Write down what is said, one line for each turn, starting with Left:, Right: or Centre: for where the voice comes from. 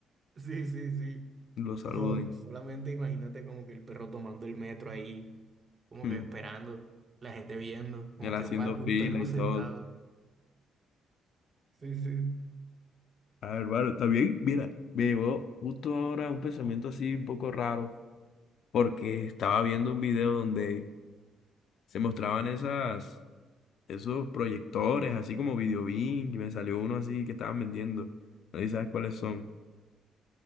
Right: Sí, sí, sí,
Left: Y lo saluden.
Right: con, solamente
Left: <laughs>
Right: imagínate como que el perro tomando el metro ahí, como
Left: Hmm,
Right: que esperando, la gente viendo, como
Left: Y Él haciendo
Right: que guau,
Left: fila
Right: un perro
Left: y
Right: sentado.
Left: todo.
Right: Sí, sí.
Left: Ah, hermano, está bien. Mira, me llegó justo ahora un pensamiento así un poco raro, porque estaba viendo un video donde se mostraban esas. esos proyectores, así como Videobeam, y me salió uno así que estaban vendiendo. No sé si sabes cuáles son.